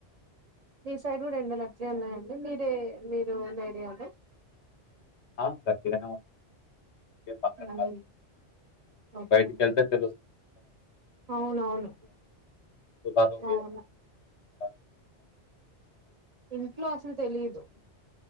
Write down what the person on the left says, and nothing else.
ఆ గట్టిగనే ఉన్నాయి ఏం తక్కువ
లేదు
బైటి కేల్తే ఎండలు
తులాలో
వేసుంటారు.